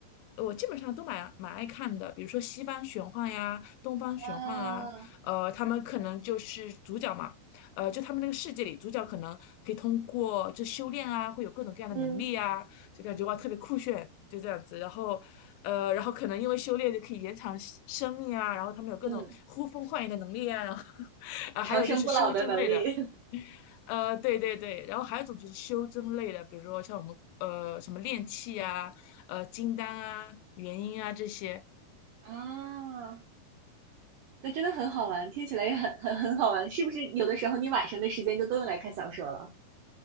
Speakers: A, on the left (about 85°); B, on the right (about 80°).
A: 我基本上都蛮蛮爱看的，比如说西方玄幻呀、东方玄幻啊，
B: 哇，
A: 呃，他们可能就是主角嘛，呃，就他们那个世界里，主角可能可以通过这修炼啊，会有各种各样的能力啊，
B: 嗯，
A: 就感觉哇特别酷炫，就这样子。然后，呃，然后可能因为修炼就可以延长生命啊，然后他们有各种呼风唤雨的能力啊，
B: 嗯，
A: 然后，<laughs> 啊，
B: 长生不老的能力
A: 还有就是修真类的。呃，对对对，然后还有一种就是修真类的，比如说像我们呃什么炼气啊、呃金丹啊、元婴啊这些。
B: <laughs> 啊，那真的很好玩，听起来也很很很好玩，是不是？有的时候你晚上的时间就都用来看小说了。